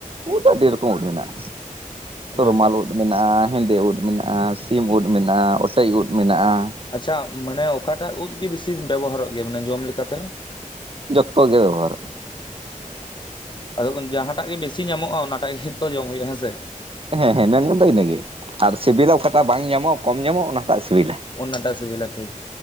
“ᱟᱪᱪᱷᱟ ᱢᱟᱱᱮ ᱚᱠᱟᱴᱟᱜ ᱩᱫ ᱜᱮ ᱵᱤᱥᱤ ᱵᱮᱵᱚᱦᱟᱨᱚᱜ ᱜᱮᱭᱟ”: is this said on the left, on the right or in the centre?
Left